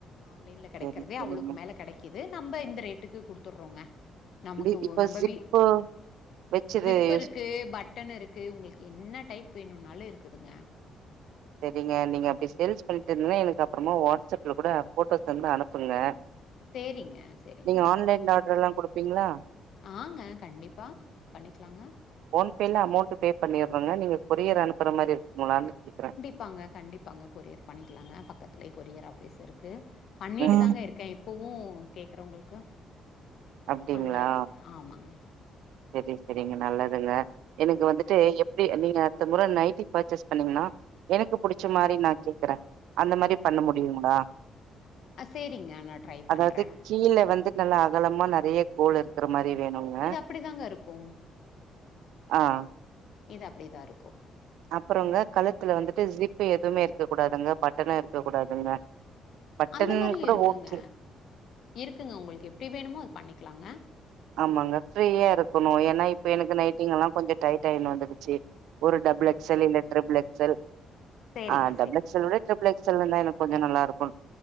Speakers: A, on the left; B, on the right.
A: ஆன்லைன்ல கிடைக்கறதே
B: சரி சரிங்க.
A: அவ்ளுக்கு மேல கிடைக்கு து நம்ம இந்த ரேட்டுக்கு குடுத்துடுறோங்க நமக்கு
B: இ இப்ப
A: நம்ம
B: ஜிப்பு வச்சது
A: சிப்
B: யூஸ்
A: இருக்கு பட்டன் இருக்கு உங்களுக்கு என்ன டைப் எப்பணொ <unintelligible> நாளு இருக்குதுங்க
B: சரிங்க நீங்க அப்படி சே பண்ணிட்டு இருந்தன்னா எனக்கு அப்புறமா வாட்ஸ்அப்ல கூட போட்டோஸ் வந்து அனுப்புங்க
A: சேரிங்க சரிங்க
B: நீங்க ஆன்லைன்ல ஆர்டர் எல்லா குடுப்பீங்களா?
A: ஆங்க கன்டிபா பன்னிக்ளாங்க
B: போன்பேல அமௌண்ட் பே பண்ணிடுறோங்க நீங்க கொரியர் அனுப்புற மாரி இருக்க <unintelligible>
A: ப்பாங்க கண்டிப்பாங்க கொரியர் பண்ணிக்கலாங்க பக்கத்திலயே கொரியர் ஆபிஸ் இருக்கு பண்ணிட்டு
B: ம்
A: தாங்க இருக்கேன் இப்பவும் கேட்கறே உங்களுக்கு
B: அப்டிங்களா
A: பண்றங்க ஆமாங்க
B: சரி சரிங்க நல்லதுங்க எனக்கு வந்துட்டு எப்படி நீங்க அடுத்த முறை நைட்டி பர்ச்சேஸ் பண்ணீங்கன்னா எனக்கு பிடிச்ச மாதிரி நான் கேக்குறேன் அந்த மாதிரி பண்ண முடியுங்களா
A: ஆ சேரிங்க நா ட்ரை
B: அதாவது
A: பண்றே
B: கீழ வந்து நல்லா அகலமா நிறைய கோள் இருக்கிற மாதிரி வேணுங்க
A: அப்படி தாங்க இருக்கும்
B: ஆ
A: இது அப்படிதான் இருக்கும்
B: அப்புறங்க கழுத்துல வந்துட்டு ஜிப் ப்பு எதுவுமே இருக்க கூடாதுங்க பட்டணும் இருக்க கூடாதுங்க பட்டன்
A: அந்த மாதிரி
B: கூட
A: இருக்குங்க
B: ஓகே
A: இருக்குங்க உங்களுக்கு எப்படி வேணுமோ அது பண்ணிக்க இருக்கலாங்க
B: ஆமாங்க ஃப்ரீயா இருக்கணும் ஏன்னா இப்ப எனக்கு நைட்டிங எல்லாம் கொஞ்சம் டைட் ஆயிடும் வந்து சே <inaudible> ஒரு டபள் எக்ஸெல் இல்ல ட்ரிபிள் எக்ஸெல்
A: எக்ஸ்எல்
B: ஆ டபள் எக்ஸெல் விட ட்ரிபிள் எக்ஸெல் எனக்கு கொஞ்சம் நல்லா இருக்கும்